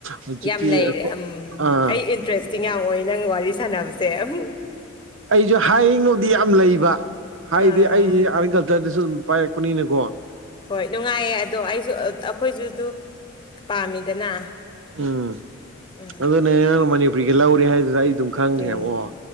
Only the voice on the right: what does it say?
ꯍꯧꯖꯤꯛꯀꯤ
ꯑꯥ
ꯑꯩꯁꯨ ꯍꯥꯏꯉꯕꯨꯗꯤ ꯌꯥꯝ ꯂꯩꯕ ꯍꯥꯏꯗꯤ
ꯑꯩꯁꯦ ꯑꯥꯔꯠ ꯑꯦꯟ ꯀꯜꯆꯔꯗꯁꯨ ꯑꯗꯨꯝ ꯄꯥꯏꯔꯛꯄꯅꯤꯅꯀꯣ
ꯎꯝ
ꯑꯗꯨ ꯅ ꯅꯪ ꯃꯅꯤꯄꯨꯔꯤꯒꯤ ꯂꯧꯔꯦ ꯍꯥꯏꯗꯨꯗ ꯑꯩ ꯑꯗꯨꯝ ꯈꯪꯈ꯭ꯔꯦꯕ
ꯑꯣ